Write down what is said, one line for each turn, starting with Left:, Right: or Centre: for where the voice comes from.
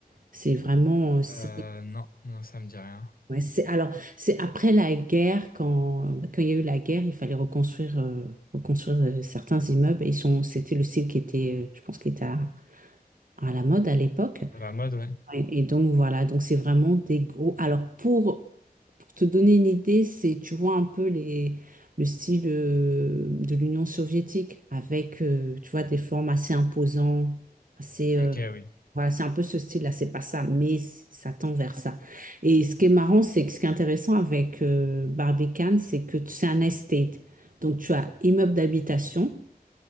Right: C'est vraiment, euh, c'est
Left: Euh, non, non, ça me dit rien.
Right: Ouais, c'est alors c'est après la guerre quand quand il y a eu la guerre, il fallait reconstruire euh, reconstruire euh, certains immeubles et ils sont c'était le style qui était euh, je pense qui était à, à la mode à l'époque.
Left: La mode, ouais.
Right: Ouais, Et, donc voilà, donc c'est vraiment des gros alors pour pour te donner une idée, c'est tu vois un peu les le style euh, de l'Union soviétique avec euh, tu vois des formes assez imposantes, assez euh,
Left: Ok, oui.
Right: voilà, c'est un peu ce style-là, c'est pas ça, mais c- ça tend vers ça. Et ce qui est marrant, c'est que ce qui est intéressant avec euh, Barbican, c'est que c'est un estate. Donc, tu as immeuble d'habitation,